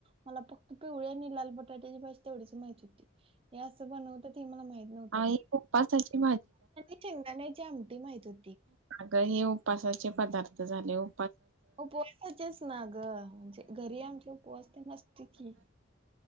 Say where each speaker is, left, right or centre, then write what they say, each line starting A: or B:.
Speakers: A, on the right; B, on the right.
A: मला फक्त पिवळी आणि लाल बटाट्याची भाजी तेवढीच माहित होती हे असं बनवतात हे मला मा माहित नव्हत
B: आई उपासाची
A: <unintelligible> शेंगदाण्याची आम ते माहित होत्
B: का हे उ उपासाचे पदार्थ झाले वो
A: उपवासाचेच ना ग म्हणजे घरी आमच्या उपवास ते नसते की